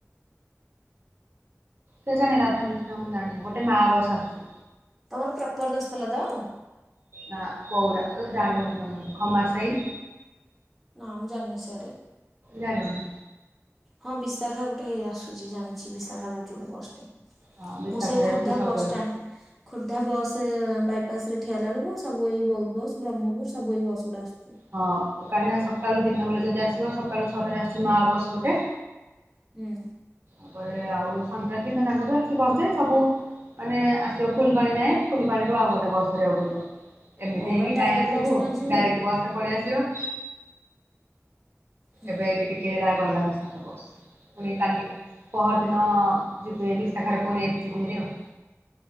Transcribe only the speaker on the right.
କେଜାଣି ରାଧାକ୍ରିଷ୍ଣ ମୁଁ ଜାଣିନି, ଗୋଟେ ମା ବସ ଆସୁଛି।
ନା କଉରା ଜାଣିବନି ତମେ ବଧେ ଖମାର ସାହି।
ଜାଣିବନି।
ହଁ ବିଶାଖାରେ
ଆସୁଛି ସବୁବେଳେ।
ହଁ କାହିଁକିନା ସକାଳୁ ଦିନ ବେଳେ ଯଦି ଆସିବ ସକାଳୁ ଛଅଟାରେ ଆସୁଛି ମା ବସ ଗୋଟେ।
ତାପରେ ଆଉ ସନ୍ଧ୍ୟା ଦିନଯାକ ବି ଆସୁଛି ବସ ଯେ ସବୁ ମାନେ ଆସିବ ଫୁଲବାଣୀ ଯାଏଁ ଫୁଲବାଣୀରୁ ଆଉ ଗୋଟେ ବସ୍ ଧରିବାକୁ ପଡ଼ିବ। ଏମିତି
ହେଇକି
କାଇଁ ଆସିବୁ
ଡାଇରେକ୍ଟ ବସ ରେ ପଳେଇ ଆସିବ।
ଏବେ ଏଇଠି ଟିକେ ହେଲା ଗଲା ବିଶାଖା ବସ ପୁଣି କାଲି ପହର ଦିନ ଯିବି ଏ ବିଶାଖାରେ ପୁଣି ଏଇଠୁ ଯିବି ହେରି ଆଉ।